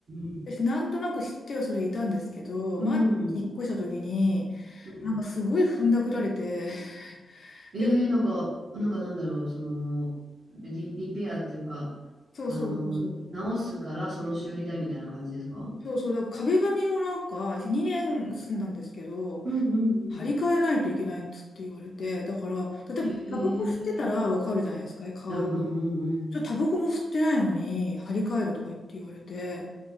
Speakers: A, on the right (about 55°); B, on the left (about 55°).
A: ん。
B: 私、なんとなく知ってはそれいたんですけど、
A: うん
B: 前に引っ越したときに、
A: うん
B: なんかすごい踏んだくられて、<laughs>
A: えー、
B: でも、
A: なんか、なんかなんだろう、その、リ、リペアっていうか、
B: そうそうそうそう。
A: あの、直すからその修理代みたいな感じですかうん
B: そうそう、だから壁紙をなんか2年住んだんですけど、
A: うんうん。
B: 張り替えないといけないっつって言われて、だから、例えばタバコ吸ってたらわかるじゃないですか、
A: えー、
B: 香る。
A: うんうんうんうん。
B: ちょっとタバコも吸ってないのに張り替えるとか言って言われて、